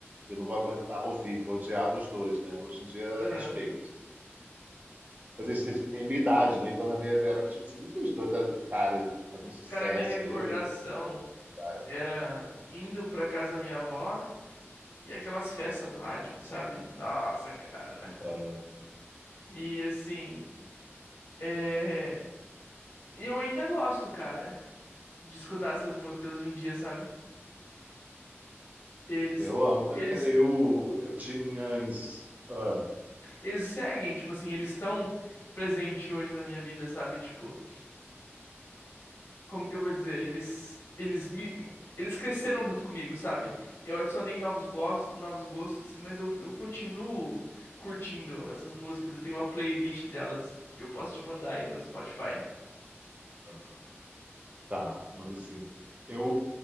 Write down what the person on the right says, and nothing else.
e eu não vou aguentar ouvir, que eu odiava os dois, né? Hoje em dia,
respeito. Mas eles têm têm a minha idade, né? Então, na minha era tipo assim, os dois caras fazendo sucesso,
eu, hein? Ah,
ah,
eu
amo.
Cara, eu, eu tinha. ins- Ah,
ah, Tá, manda sim. Eu,